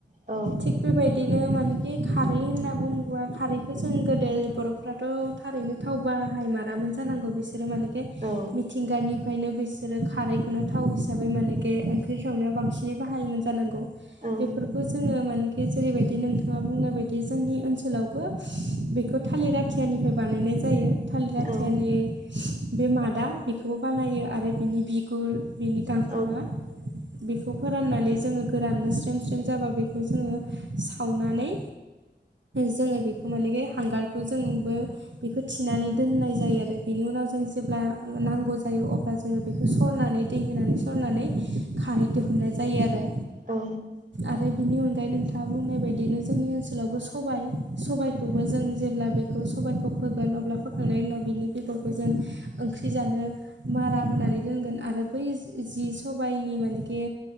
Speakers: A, on the right; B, on the right.
A: औ
B: थिग बेबायदिनो मानेखि खारै होनना बुङोब्ला खारैखौ जों गोदो बर'फ्रा थ' थारैनो थाव बाहायमारामोन जानांगौ बिसोरो मानोखे
A: औ
B: मिथिंगानि ओंखायनो बिसोरो खारैखौनो थाव हिसाबै मानेखे ओंख्रि संनायाव बांसिनै बाहायोमोन जानांगौ
A: औ
B: बेफोरखौ जोङो माने मानोखि जेरैबायदि नोंथाङा बुंनाय बायदि जोंनि ओनसोलावबो बेखौ थालिर आथियानिफ्राय बानायनाय जायो थालिर आथियानि
A: औ
B: बे मादा बेखौबो बानायो आरो बिनि बिगुर बिनि गांखङा
A: औ
B: बेखौ फोराननानै जोङो गोराननो स्रेम स्रेम जाबा बेखौ जोङो सावनानै जोङो बेखौ मानेखि हांगारखौ जोंबो बेखौ थिनानै दोननाय जायो आरो बिनि उनाव जों जेब्ला ओ नांगौ जायो अब्ला जोङो बेखौ सरनानै दै होनानै सरनानै खारै दिहुननाय जायो आरो
A: औ
B: आरो बिनि उन नोंथाङा बुंनाय बायदिनो जोंनि ओनसोलावबो सबाय सबायाइखौबो जों जेब्ला बे बेखौ सबायखौ फोगोन अब्ला फोखांनायनि उनाव बिनि बेगरखौ जों ओंख्रि जानो मारा होनानै दोनगोन आरो बै जि सबायनि मानेखे